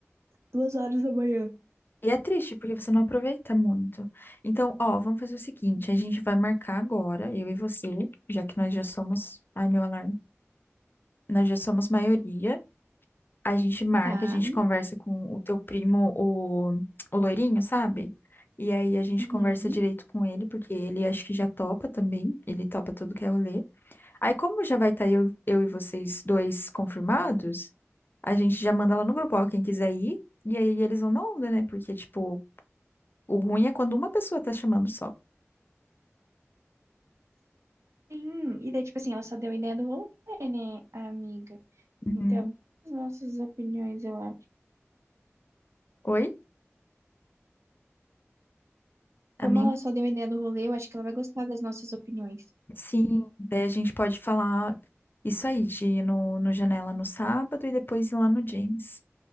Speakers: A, on the right; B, on the left.
A: duas horas da manhã.
B: E é triste, porque você não aproveita muito. Então, ó, vamos fazer o seguinte, a gente vai marcar agora, eu e você, já que nós já somos, ai meu alarme, nós já somos maioria. A gente marca,
A: Tá.
B: a gente conversa com o teu primo, o, o loirinho, sabe? E aí a gente
A: Uhum.
B: conversa direito com ele, porque ele acho que já topa também. Ele topa tudo que é rolê. Aí, como já vai estar eu, eu e vocês dois confirmados, a gente já manda lá no grupo, ó, quem quiser ir. E aí eles vão na onda, né? Porque, tipo, o ruim é quando uma pessoa tá chamando só.
A: Sim. E daí, tipo assim, ela só deu a ideia do rolê, né, a amiga?
B: Uhum.
A: Então, as nossas opiniões, eu acho.
B: Oi,
A: Como
B: amiga?
A: ela só deu a ideia do rolê, eu acho que ela vai gostar das nossas opiniões.
B: Sim, daí a gente pode falar isso aí, de ir no, no Janela no sábado e depois ir lá no James.